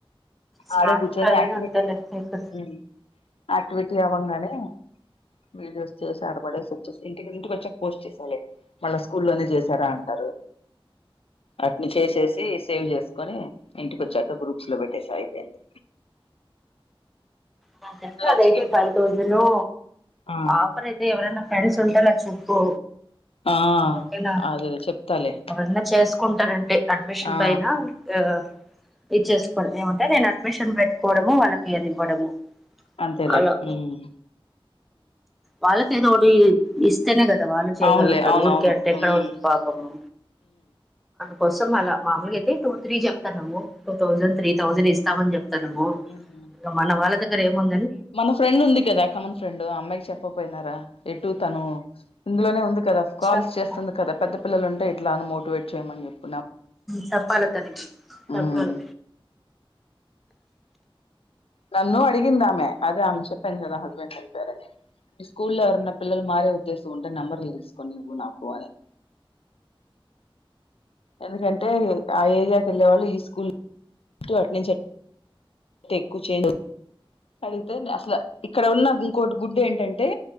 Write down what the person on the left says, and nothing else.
ఆడే కూర్చొని
యాక్టివిటీ
మ్మ్ యాక్టివిటీ అవ్వంగానే వీడియోస్ చేసి ఆడపడేసి వచ్చే ఇకి ఇంటికి వచ్చే పోస్ట్ చేసాలి మళ్ళ స్కూల్లోనే చే జరా అంటారు అటిని చేసేసి సేవ్ చేస్త కని ఇంటికి వచ్చాక గ్రూప్స్ లో పెట్టేస అయిపోయింది
లంచ్
కి
ఆ
ఆ
అదేలే చెప్తాలే
ఆ
అంతేలే
మ్మ్
అవునులే అవునవును
ఉమ్
ఉమ్
మన ఫ్రెండ్ ఉంది కదా కమన్ ఫ్రెండ్ అమ్మాయికి చెప్పకపోయినారా ఎటు తను ఇందులోనే ఉంది కదా కాల్స్
చేస్తుంది కదా పెద్ద పిల్లలు ఉంటే ఇట్లా అని మోటివేట్ చేయమని చెప్ప
ఉమ్ నన్నూ అడిగిందామే అదే ఆమె చెప్పా కదా హస్బెండ్ చనిపోయారని మీ స్కూల్లో ఎవరన్న పిల్లలు మారే ఉద్దేశం ఉంటే నంబర్లు తీసుకొనివ్వు నాకు అని ఎందుకంటే ఆ ఏరియాకి వెళ్ళే వాళ్ళు ఈ స్కూల్ టీ అటు నుంచి టెక్కు చేదు అడిగితే అసలు ఇక్కడ ఉన్న ఇంకోటి గుడ్డు ఏంటంటే